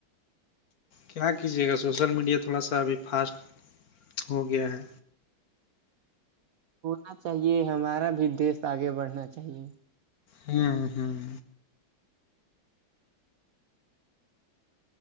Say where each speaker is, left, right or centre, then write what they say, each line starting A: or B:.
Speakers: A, on the left (about 55°); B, on the right (about 70°).
A: کیا کیجیے گا سوشل میڈیا تھوڑا سا ابھی فاسٹ ہو گیا ہے
B: ہونا چاہیے ہمارا بھی دیش آگے بڑھنا چاہیے
A: ہمم ہمم